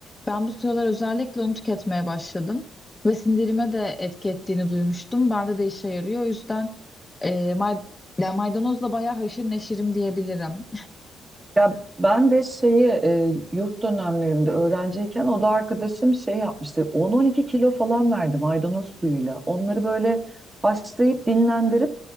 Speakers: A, on the left (about 15°); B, on the right (about 20°).
A: ben bu sıralar özellikle onu tüketmeye başladım. Ve sindirime de etki ettiğini duymuştum. Bende de işe yarıyor. O yüzden e, may- yani maydanozla bayağı haşır neşirim diyebilirim.
B: Ya ben de şeyi e, yurt dönemlerimde öğrenciyken o da arkadaşım şey yapmıştı. 10-12 kilo falan verdi maydanoz suyuyla. Onları böyle başlayıp dinlendirip